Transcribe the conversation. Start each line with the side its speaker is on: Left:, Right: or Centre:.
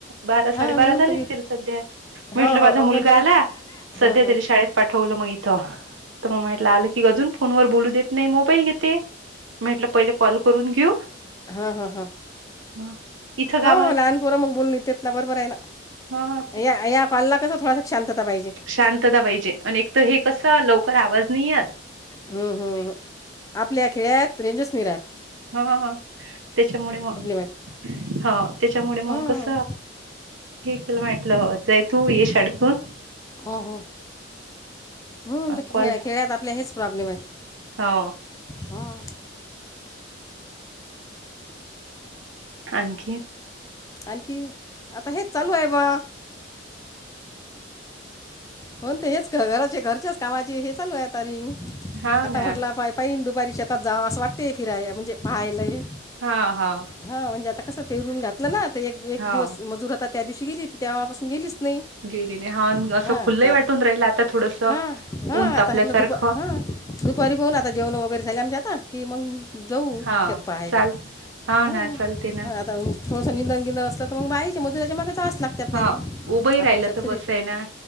Right: बारा
Left: हां
Right: साडेबारा
Left: म्हणून
Right: झाली
Left: तर की
Right: असतील सध्या म्हटलं
Left: हो हो
Right: माझा
Left: अंगणवाडीत
Right: मुलगा आला
Left: हां
Right: सध्या
Left: हां
Right: तिला शाळेत पाठवलं मग इथं तर मग म्हटलं आलं की अजून फोनवर बोलू देत नाही मोबाईल घेते म्हटलं पहिले कॉल करून घेऊ
Left: हं हं हं
Right: हा. इथं गावात
Left: हो लहानपोर मग बोलून देत ना बरोबर आहे ना
Right: ह
Left: या या कॉलला कसं थोडासा शांतता पाहिजे
Right: शांतता पाहिजे आणि एक तर हे कसं लवकर आव वजनीयत
Left: हम् हम्म आपल्या खेड्यात रेंजस निरात
Right: ह ह ह त्याच्यामुळे मग
Left: आहेत
Right: ह त्याच्यामुळे
Left: हां
Right: मग कस हे केलं माेटलं जाय तू ये शाळेतून
Left: हो हो हो त
Right: कॉल
Left: खे खेळ्यात आपल्या हेच प्रॉब्लेम आहेत
Right: हो
Left: हां
Right: आणखी
Left: आणखी आता हेच चालू आहे बा होण ते हेच घराचे घरच्याच कामाचे हे चालू आहेता रिंग
Right: हा
Left: आता
Right: ना
Left: म्हटलं पा पान दु दुपारीच्या शेतात जाव असं वाटतंय फिराय म्हणजे पाहायलाय.
Right: हा हो
Left: हा म्हणजे आता कस पेरून घातलं ना त, एक एक
Right: हो
Left: दिवस मजूर आता त्या दिवशी गेली. ती तेव्हापासून गेलीच नाही
Right: गेली नाही हा अन असं
Left: हां.
Right: खुल्लही
Left: आता
Right: वाटून राहिल आता थोडस
Left: हा हा हा
Right: ऊन तापल्यासारखं
Left: आता दुप ह दुपारी पाहू आता जेवण वगैरे झा ात की मग जाऊ
Right: हा
Left: शेत पाहायला.
Right: चाल हाव
Left: हा
Right: ना चालते ना
Left: आता थोडस निंद गिंद असला तर मग बायच मजुराच्या मागच त्रास लागते आपल्याले
Right: हा उभंही
Left: आपण
Right: राहिलं
Left: शेतकरी
Right: तर बस आहे ना